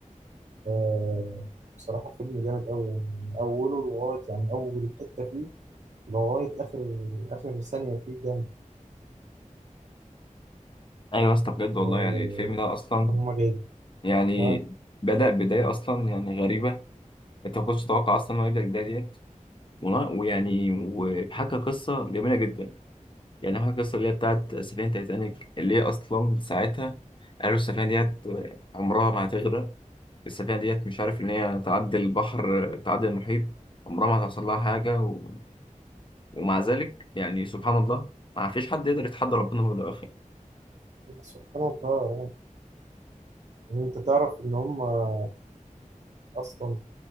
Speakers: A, on the right; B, on the left.
A: آه، بصراحة فيلم جامد قوي يعني من أوله لغاية يعني من أول حتة فيه لغاية آخر آخر ثانية فيه جامد
B: ايوه يا اسطى بجد والله
A: آه،
B: يعني الفيلم ده اصلا
A: هما جايين
B: يعني
A: آه،
B: بدأ بدايه اصلا يعني غريبه انت ما كنتش تتوقع اصلا انه يبدأ البدايه ديت و- ويعني وحكى قصه جميله جدا يعني حكى قصه اللي هي بتاعت سفينه تايتانيك اللي هي اصلا ساعتها قالوا السفينه ديت عمرها ما هتغرق السفينة ديت مش عارف إن هي تعدي البحر تعدي المحيط عمرها ما هتحصل لها حاجة و... ومع ذلك يعني سبحان الله ما فيش حد يقدر يتحدى ربنا هو ده أخي
A: سبحان الله يعني أنت تعرف إن هما أصلا